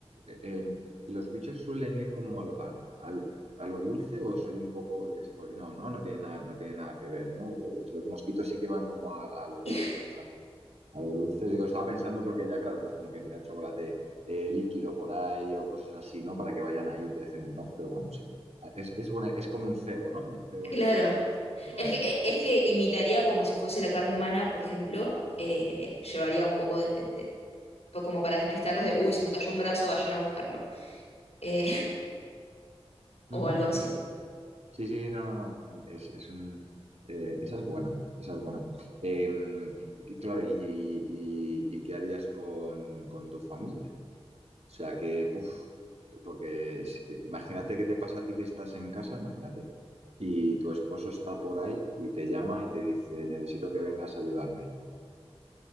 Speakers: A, on the right (about 75°); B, on the left (about 75°).
A: eh, eh, los bichos suelen ir como a lo, a- a- a lo dulce o soy un poco... es- No, no, no tiene nada, no tiene nada que ver, ¿no? Los mosquitos sí que van como a, a lo que
B: <laughs>
A: ellos... A, a lo dulce. Digo, estaba pensando porque ya, claro, pues como que tira chocolate eh, líquido por ahí o cosas así, ¿no? Para que vayan ahí y te dejen en paz, pero bueno, sí. Ah, Es, es, buena- es como un cebo, ¿no? Un cebo
B: Claro,
A: ahí para... Claro.
B: es que, es que imitaría como si fuese la carne humana, por ejemplo, eh, llevaría un poco de, pa- como para despistarlos de, uy, se me cayó un brazo, vayan a buscarlo, eh, <laughs> o
A: Ujú,
B: algo así.
A: interesante. Sí, sí, sí, no, no, no. Es, es un, eh, esa es buena, esa es buena. Eh, que- claro, y, y- y qué harías con, con tu familia? O sea, que, puf, porque es- eh, imagínate que te pasa a ti que estás en casa, imagínate, y tu esposo está por ahí y te llama y te dice, necesito que vengas a ayudarme.